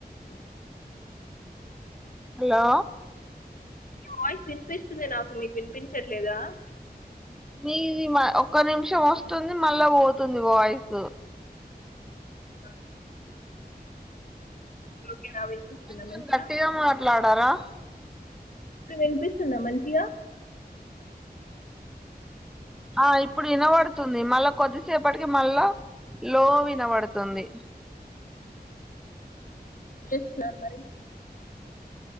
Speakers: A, in the centre; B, on the left (about 55°).
A: హలో
B: మీ వాయిస్ వినిపిస్తుంది నాకు. మీకు వినిపించట్లేదా?
A: మీది మ ఒక్క నిమిషం వస్తుంది మళ్ళా పోతుంది వాయిసు.
B: ఆ ఓకేనా వినిపిస్తుందా
A: కొంచెం
B: మంచిగా
A: గట్టిగా మాట్లాడరా. <inaudible>
B: ఇప్పుడు వినిపిస్తుందా మంచిగా.
A: ఆ ఇప్పుడు ఇనవడుతుంది మళ్ళా కొద్దిసేపటికి మళ్ళా లో వినవడుతుంది.
B: ప్లే సార్ మరి